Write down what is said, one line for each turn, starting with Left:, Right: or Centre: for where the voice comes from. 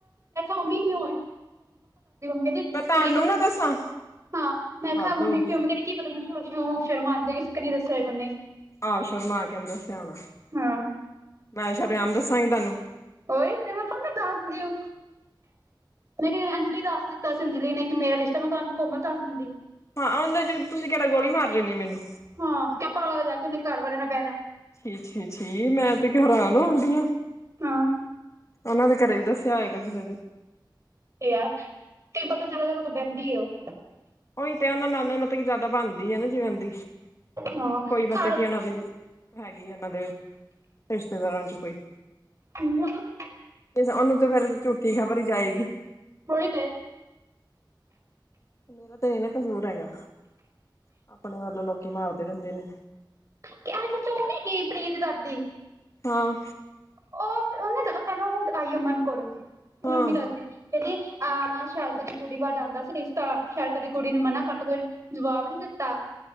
Right: ਮੰਮੀ ਕਹਿੰਦੇ
Left: ਮੈਂ ਤੁਹਾਨੂੰ
Right: ਕੀ ਪਤਾ
Left: ਨਾ ਦੱਸਾਂ
Right: ਹਾਂ, ਮੈਂ ਕਿਹਾ
Left: ਹੱਦ
Right: ਮੰਮੀ-
Left: ਹੋ ਗਈ।
Right: ਮੰਮੀ ਕਹਿੰਦੀ ਕੀ ਪਤਾ ਕਿਉ ਸ਼ਰਮਾਂਦੇ ਕਿ ਨਹੀਂ ਦੱਸਿਆ ਉਹਨੇ
Left: ਆਹੋ ਸ਼ਰਮਾ ਕੇ ਨਹੀਂ ਦੱਸਿਆ ਹੋਣਾ,
Right: ਹਾਂ
Left: ਮੈਂ ਸ਼ਰੇਆਮ ਦੱਸਾਂਗੀ ਤੁਹਾਨੂੰ।
Right: ਉਹੀ ਤੇ ਮੈਂ ਕਿਹਾ, ਮੰਮੀ ਦੱਸ ਦਿਓ ਮੈਂ ਕਿਹਾ ਜਿਵੇਂ ਅੰਜਲੀ ਦੱਸ ਦਿੱਤਾ ਸੀ, ਅੰਜਲੀ ਨੇ ਕਿ ਮੇਰਾ ਰਿਸ਼ਤਾ, ਮੈਂ ਕਿਹਾ ਕਿ ਕੋਮਲ ਦੱਸ ਦਿੰਦੀ।
Left: ਹਾਂ, ਉਹਦੇ ਚ ਤੁਸੀਂ ਕਿਹੜਾ ਗੋਲੀ ਮਾਰ ਲੈਣੀ ਆ ਮੈਨੂੰ
Right: ਹਾਂ, ਕਿ ਘਰ ਵਾਲੇ ਨਾਲ ਬਹਿਣਾ।
Left: ਸ਼ੀ- ਸ਼ੀ, ਮੈਂ ਤੇ ਹੈਰਾਨ ਹੋ ਡਹੀ ਆ।
Right: ਹਾਂ
Left: ਉਹਨਾਂ, ਦੇ ਘਰੇ ਵੀ ਦੱਸਿਆ ਹੋਏਗਾ ਕਿਸੇ ਦੇ।
Right: ਤੇ ਆ ਤੇ, ਪਤਾ ਚੱਲਦਾ ਜਦੋਂ ਬਹਿੰਦੀ ਆ ਉਹ।
Left: ਉਹੀ ਤੇ ਉਹਨਾਂ ਨਾਲ ਮਤਲਬ ਕੀ ਜ਼ਿਆਦਾ ਬਣਦੀ ਏ ਨਾ, ਜੀਵਨ ਦੀ,
Right: ਹਾਂ
Left: ਕੋਈ ਮਤਲਬ
Right: ਸਾਰੇ
Left: ਕੀ ਉਹਨਾਂ ਦੀ ਹੈਗੀ, ਇਹਨਾਂ ਦੇ ਰਿਸ਼ਤੇਦਾਰਾਂ ਚ ਕੋਈ
Right: ਹੁਣੇ
Left: ਉਹਨੂੰ, ਤੇ ਫੇਰ ਝੂਠੀ ਖ਼ਬਰ ਜਾਏਗੀ।
Right: ਉਹੀ ਤੇ।
Left: ਮੇਰਾ ਤੇ ਨੀ ਨਾ ਕਸੂਰ ਹੈਗਾ, ਆਪਣੇ ਵੱਲੋਂ ਲੋਕੀ ਮਾਰਦੇ ਰਹਿੰਦੇ ਨੇ।
Right: ਕਿਆ, ਉਹ ਸੱਚ ਉਹ ਨੀ ਹੈਗੀ ਪ੍ਰੀਤ ਦਾਦੀ।
Left: ਹਾਂ।
Right: ਉਹ ਉਹਨੇ ਪਹਿਲਾਂ ਉਹ ਆਈ ਅਮਨ ਕੋਲ, ਮੇਰੀ
Left: ਹਾਂ,
Right: ਮੰਮੀ ਦੱਸਦੀ ਸੀ। ਕਹਿੰਦੀ ਆ ਨਾ ਸ਼ਾਂਤਾ ਦੀ ਕੁੜੀ ਵੱਲ ਜਾਂਦਾ ਸੀ ਰਿਸ਼ਤਾ, ਸ਼ਾਂਤਾ ਦੀ ਕੁੜੀ ਨੇ ਮਨਾ ਕਰਤਾ ਕੋਈ ਜਵਾਬ ਨੀ ਦਿੱਤਾ।